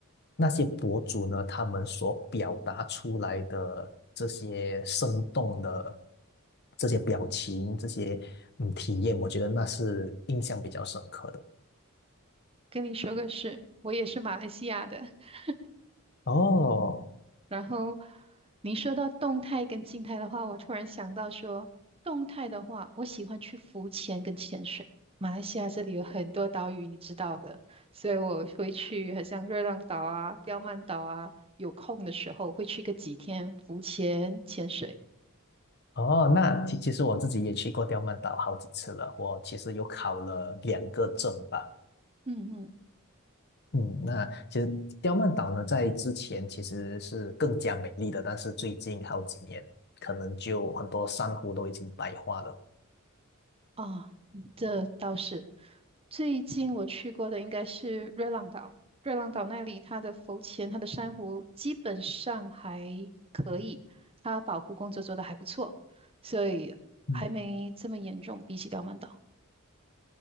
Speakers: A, on the left; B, on the right.
A: 那些博主呢，他们所表达出来的这些生动的这些表情、这些嗯体验，我觉得那是印象比较深刻的。
B: 跟你说个事，我也是马来西亚的。<laughs>
A: 哦
B: 然后你说到动态跟静态的话，我突然想到说，动态的话，我喜欢去浮潜跟潜水。马来西亚这里有很多岛屿，你知道的，所以我会去，好像热浪岛啊、刁曼岛啊，有空的时候会去个几天浮潜、潜水。
A: 哦，那其其实我自己也去过刁曼岛好几次了，我其实有考了两个证吧。
B: 嗯嗯，
A: 嗯，那其实刁曼岛呢，在之前其实是更加美丽的，但是最近好几年，可能就很多珊瑚都已经白化了。
B: 啊，嗯这倒是。最近我去过的应该是瑞浪岛，瑞浪岛那里它的浮潜、它的珊瑚基本上还可以，它保护工作做得还不错，所以还没这么严重，
A: 嗯。
B: 比起刁曼岛。